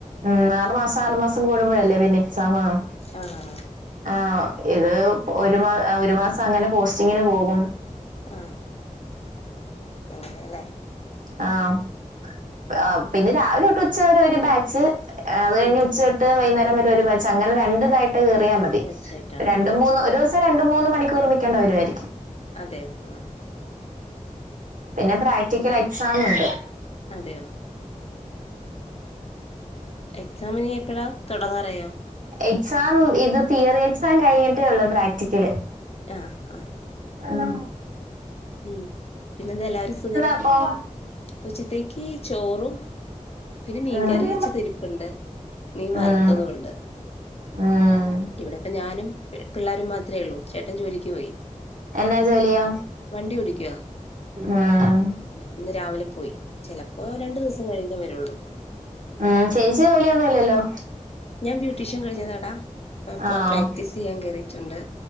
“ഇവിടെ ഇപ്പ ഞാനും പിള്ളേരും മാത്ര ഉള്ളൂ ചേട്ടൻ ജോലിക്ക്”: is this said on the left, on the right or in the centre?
Left